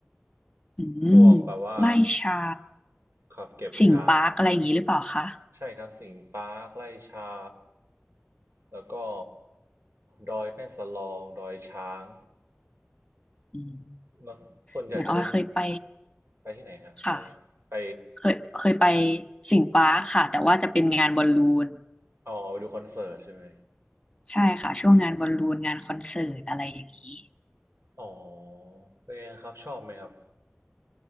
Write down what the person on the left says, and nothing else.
อืม
ไร่ชา
สิงห์ปาร์คอะไรอย่างนี้หรือเปล่าคะ
อืม
เหมือนออยเคยไป
ค่ะ
เคยเคยไปสิงห์ปาร์คค่ะแต่ว่าจะเป็นงานบอลลูน
ใช่ค่ะช่วงงานบอลลูนงานคอนเสิร์ตอะไรอย่างนี้